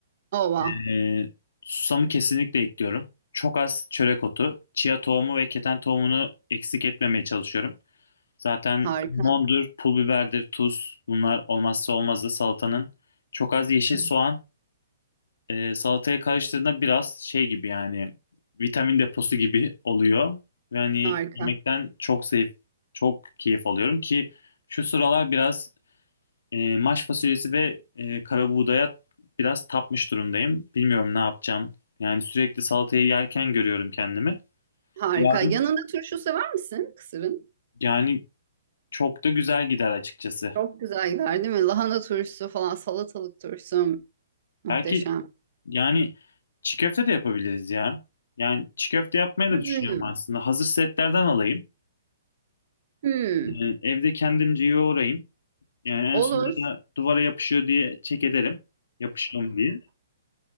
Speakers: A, on the right (about 40°); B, on the left (about 85°).
A: Ova.
B: Ee, susamı kesinlikle ekliyorum. Çok az çörek otu, chia tohumu ve keten tohumunu eksik etmemeye çalışıyorum. Zaten
A: Harika.
B: mondur, pul biberdir, tuz bunlar olmazsa olmazdı salatanın. Çok az yeşil
A: Hı.
B: soğan e, salataya karıştırdığında biraz şey gibi yani vitamin deposu gibi oluyor. Ve hani
A: Harika.
B: yemekten çok zevk, çok keyif alıyorum ki şu sıralar biraz e, maş fasulyesi ve e, karabuğdaya biraz tapmış durumdayım. Bilmiyorum ne yapacağım. Yani sürekli salatayı yerken görüyorum kendimi.
A: Harika.
B: Yarın
A: Yanında turşu sever misin kısırın?
B: yani çok da güzel gider açıkçası.
A: Çok güzel gider değil mi? Lahana turşusu falan salatalık turşusu muhteşem.
B: Belki yani çiğ köfte de yapabiliriz ya. Yani çiğ köfte yapmayı
A: Hmm.
B: da düşünüyorum aslında. Hazır setlerden alayım.
A: Hmm.
B: E, evde kendimce yoğurayım. Yani
A: Olur.
B: en sonunda da duvara yapışıyor diye çek ederim. Yapışıyor mu diye.